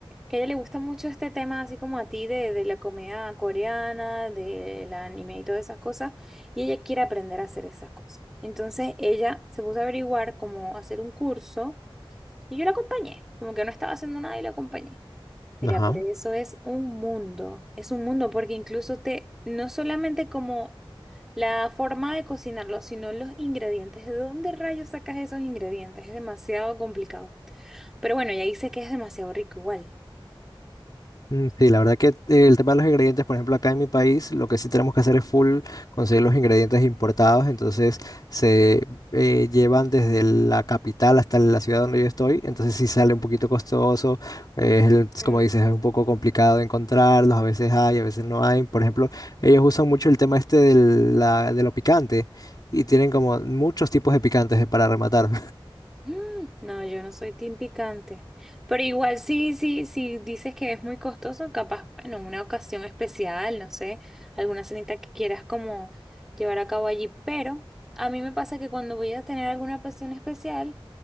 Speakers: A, in the centre; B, on the left (about 45°).
A: que a ella le gusta mucho este tema, así como a ti, de, de la comida coreana, del anime y todas esas cosas, y ella quiere aprender a hacer esas cosas. Entonces ella se puso a averiguar cómo hacer un curso y yo la acompañé, como que no estaba haciendo nada y la acompañé. Mira,
B: ajá.
A: pero eso es un mundo, es un mundo porque incluso te, no solamente como la forma de cocinarlo, sino los ingredientes, ¿de dónde rayos sacas esos ingredientes? Es demasiado complicado. Pero bueno, ya dice que es demasiado rico igual.
B: Mm, Sí, la verdad que eh, el tema de los ingredientes, por ejemplo, acá en mi país, lo que sí tenemos que hacer es full conseguir los ingredientes importados, entonces se eh, llevan desde la capital hasta la ciudad donde yo estoy, entonces sí sale un poquito costoso, eh, es el-
A: Mm.
B: como dices, es un poco complicado de encontrarlos, a veces hay, a veces no hay, por ejemplo, ellos usan mucho el tema este del- la- de lo picante y tienen como muchos tipos de picantes eh, para rematar.
A: Mm, No, yo no soy team picante. Pero igual sí, sí, sí dices que es muy costoso, capaz, bueno, una ocasión especial, no sé, alguna cenita que quieras como llevar a cabo allí. Pero a mí me pasa que cuando voy a tener alguna ocasión especial,